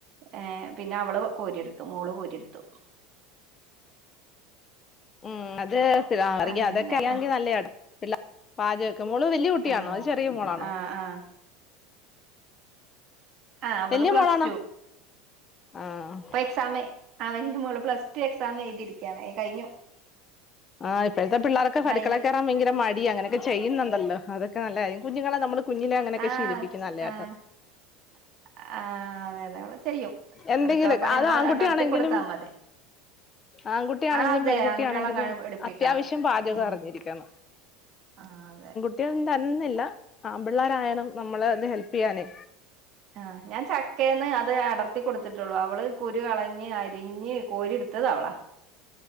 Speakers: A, on the right (about 40°); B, on the left (about 25°).
A: ഏഹ് പിന്നെ അവള് കോരി എട്ത്തു മോള് കോരി എട്ത്തു.
B: ഉം അത് <unintelligible>
A: അങ്ങനെ
B: അതൊക്കെ അല്ലെങ്കി നല്ല <unintelligible> പാചോക്കെ മോള് വെല്ല്യേ കുട്ടിയാണോ
A: ആഹ്
B: ചെറ്യേ മോളാണോ?
A: ആഹ് ആഹ്. ആഹ് അവള്
B: വെല്ല്യേ
A: പ്ലസ്
B: മോളാണ് ആഹ്.
A: എക്സാം അവന് മോള് പ്ലസ് റ്റു എക്സാം എഴ്തിരിക്കാണ് കഴിഞ്ഞു.
B: ആഹ് ഇപ്പഴത്തെ പിള്ളാർക്ക്
A: കഴിഞ്ഞു
B: അട്ക്കള കേറാൻ ഭയങ്കര മടിയാ അങ്ങനൊക്കെ ചെയ്യുന്നുണ്ടല്ലോ അതൊക്കെ നല്ല കാര്യം. കുഞ്ഞുങ്ങളെ നമ്മൾ കുഞ്ഞിലെ അങ്ങനെക്കെ
A: ആഹ്
B: ശീലിപ്പിക്കുന്നെ നല്ലെട്ടോ.
A: ആഹ് <inaudible> ആഹ് അതെ അതെ അവള് ചെയ്യും.
B: എന്തെങ്കിലും
A: അട്ക്കള പണി
B: അത്
A: മ്മള്
B: ആൺകുട്ടിയാണെങ്കിലും
A: അടർത്തി കൊട്ത്താ മതി.
B: ആൺകുട്ടിയാണെങ്കിലും
A: ആഹ് അതെ
B: പെൺകുട്ടിയാണെങ്കിലും
A: ആങ്കുട്ട്യാളെ ക പണി പഠിപ്പിക്കണം
B: അത്യാവശ്യം പാചകം
A: ഉം.
B: അറിഞ്ഞിരിക്കണം
A: ആഹ് അതെ.
B: <unintelligible> തന്നില്ല ആമ്പിള്ളാരായാലും നമ്മളെ അത് ഹെല്പ് ചെയ്യാനേ
A: ആഹ് ഞാൻ ചക്കേന്ന് അത് അടർത്തി കൊട്ത്തിട്ടൊള്ളൂ. അവള് കുരു കളഞ്ഞ് അരിഞ്ഞ് കോരി ഇട്ത്തത് അവളാ.